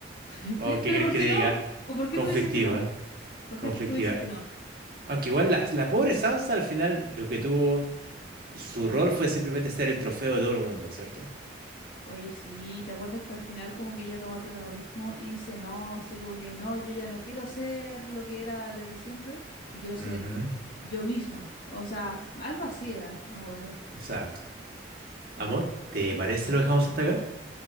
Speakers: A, on the left; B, on the right.
A: <laughs>
B: oh, ¿qué
A: Pero
B: crees
A: ¿por
B: que
A: qué
B: te
A: no?
B: diga?
A: ¿Po- ¿Por qué
B: Conflictiva,
A: tú dices que no? ¿Por
B: conflictiva.
A: qué tú dices que no?
B: Aunque igual la, la pobre Sansa al final lo que tuvo, su rol fue simplemente ser el trofeo de todo el mundo, ¿cierto?
A: Oye, sí, ¿te acuerdas que al final como que ella toma el protagonismo y dice no, así como que no, yo ya no quiero ser lo que era desde siempre, yo quiero ser
B: Ujú.
A: yo misma. O sea, algo así era, me acuerdo.
B: Exacto. Amor, ¿te
A: Ujú.
B: parece lo dejamos hasta acá?